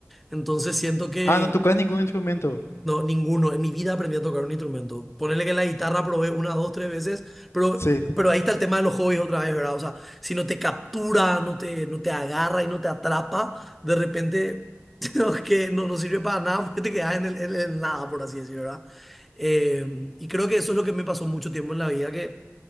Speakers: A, in the centre; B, on the left.
A: Entonces siento que,
B: Ah, no tocas ningún instrumento.
A: no, ninguno. En mi vida aprendí a tocar un instrumento. Ponerle que la guitarra probé unas dos, tres veces, pero,
B: Sí,
A: pero ahí está el tema de los hobbies otra vez, ¿verdad? O sea, si no te captura, no te, no te agarra y no te atrapa, de repente <laughs> no, que no, no sirve para nada porque te quedas en el, en el nada, por así decirlo, ¿verdad? Eh, y creo que eso es lo que me pasó mucho tiempo en la vida, que